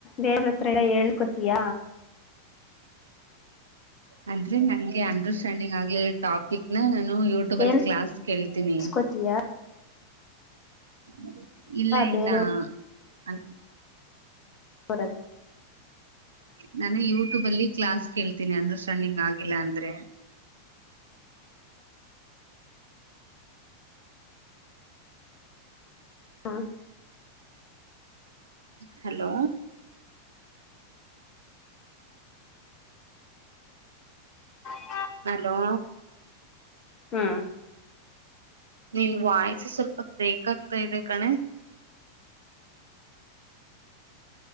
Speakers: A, on the left; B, on the right.
A: ದೇವ ಎಲ್ಲ ಹೇಳ್ಕೋತಿಯ
B: ಅಂದ್ರೆ ನಂಗೆ ಅಂಡರ್ಸ್ಟ್ಯಾಂಡಿಂಗ್ ಆಗ್ಲಿ ಟಾಪಿಕ್ ನ ನಾನು ಯೂಟ್ಯೂಬ್
A: ಹೇಳ್
B: ಅಲ್ಲಿ ಕ್ಲಾಸ್ ಕೇಳ್ತೀನಿ
A: ಇಸ್ಕೋತೀಯಾ
B: <inaudible> ಇಲ್ಲ
A: ಬೇರೆ
B: ಇಲ್ಲ ಅ
A: ರತ್
B: ನಾನು ಯೂಟ್ಯೂಬ್ ಅಲ್ಲಿ ಕ್ಲಾಸ್ ಕೇಳ್ತೀನಿ ಅಂದರ್ಸ್ಟ್ಯಾಂಡಿಂಗ್ ಆಗಿಲ್ಲ ಅಂದ್ರೆ
A: ಹಾ
B: ಹಲೋ
A: ಹ
B: ಹಲೋ
A: ಹ್ಮ
B: ನಿನ್ ವಾಯ್ಸ ಸ್ವಲ್ಪ ಬ್ರೇಕ್ ಆಗ್ತಾ ಇದೆ ಕಣೆ